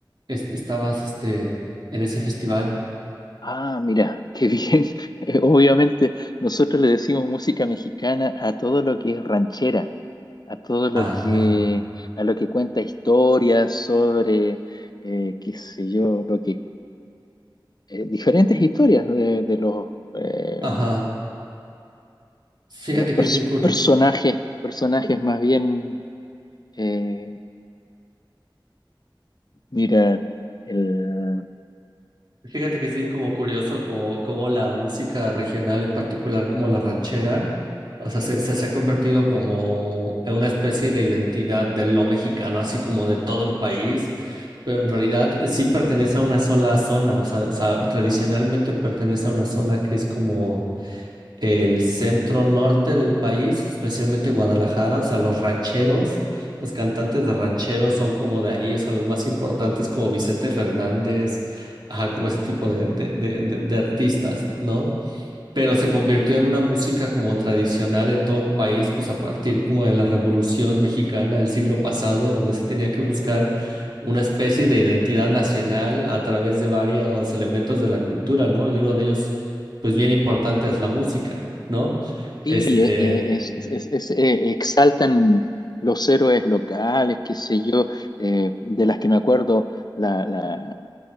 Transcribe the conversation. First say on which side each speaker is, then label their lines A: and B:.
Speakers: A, on the right; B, on the left.
A: es- estabas este, en ese festival?
B: Ah, mira, qué bien. <laughs> Eh, Obviamente nosotros le decimos música mexicana a todo lo que es ranchera, a todo lo
A: Ah,
B: que, a lo que cuenta historias sobre, eh, qué sé yo, lo que eh, diferentes historias de, de los, eh,
A: ajá. Fíjate
B: de los pers-
A: que es bien curioso.
B: personajes, personajes más bien, eh, mira, el,
A: Fíjate que es bien como curioso como, como la música regional, en particular como la ranchera, o sea, se, se, se ha convertido como en una especie de identidad de lo mexicano, así como de todo el país, pero en realidad eh, sí pertenece a una sola zona, o sea, o sea, tradicionalmente pertenece a una zona que es como el centro norte del país, especialmente Guadalajara, o sea, los rancheros, los cantantes de rancheros son como de ahí, o sea, los más importantes como Vicente Fernández, ajá, como ese tipo de, de, de, de- de artistas, ¿no? pero se convirtió en una música como tradicional en todo el país, pues a partir como de la Revolución Mexicana del siglo pasado, donde se tenía que buscar una especie de identidad nacional a través de varios elementos de la cultura, ¿no? Y uno de ellos, pues bien importante, es la música, ¿no?
B: sí,
A: Este,
B: eh, eh, es, es- es- es, eh, exaltan los héroes locales, qué sé yo, eh, de las que me acuerdo, la, la